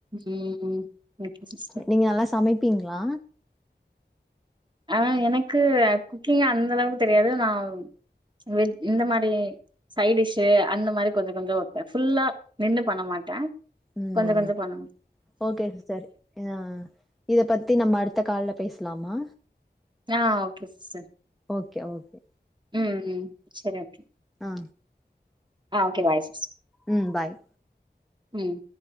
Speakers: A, on the right; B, in the centre.
A: ம். Okay sister.
B: நீங்க நல்லா சமைப்பீங்களா
A: ஆ எனக்கு குக்கிங் அந்த அளவுக்கு தெரியாது நா வெஜ் இந்த மாரி சை டிஷ் அந்த மாரி கொஞ்சோ கொஞ்சோ வப்பே ஃபுல்லா நின்னு பண்ண மாட்டே
B: ம்
A: கொஞ்சோ கொஞ்சோ பண்ணுவே
B: ஓகே சிஸ்டர் ஆ இத பத்தி நம்ம அடுத்த கால்ல பேசலாமா
A: ஆ ஓகே சிஸ்டர்
B: ஓகே ஓகே
A: ம் செரி அப்
B: ஆ
A: ஆ ஓகே பாய் சிஸ்
B: ம் பாய்
A: ம்